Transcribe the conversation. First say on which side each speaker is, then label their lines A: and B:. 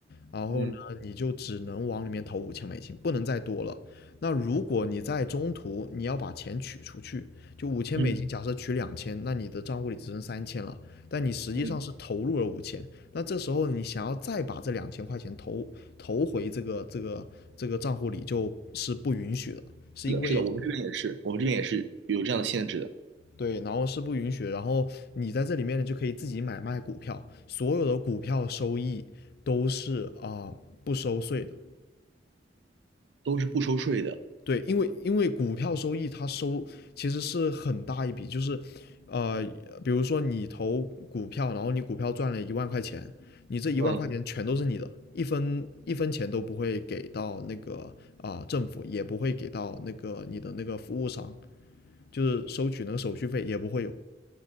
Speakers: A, on the left; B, on the right.
A: 然后呢，
B: 嗯
A: 你就只能往里面投五千美金，不能再多了。那如果你在中途你要把钱取出去，就五千美金，
B: 嗯
A: 假设取两千，那你的账户里只剩三千了，但你实际上是投入了五千，
B: 嗯，
A: 那这时候你想要再把这两千块钱投投回这个这个这个账户里，就是不允许的，是因为。
B: 是的，是的，我们这边也是，我们这边也是有这样的限制的，
A: 对，然后是不允许的，然后你在这里面呢就可以自己买卖股票，所有的股票收益都是啊、不收税的，
B: 都是不收税的。
A: 对，因为因为股票收益它收其实是很大一笔，就是，呃，比如说你投股票，然后你股票赚了一万块钱，你这一万块钱全都是你的，
B: 嗯，
A: 一分一分钱都不会给到那个啊、政府，也不会给到那个你的那个服务商，就是收取那个手续费也不会有。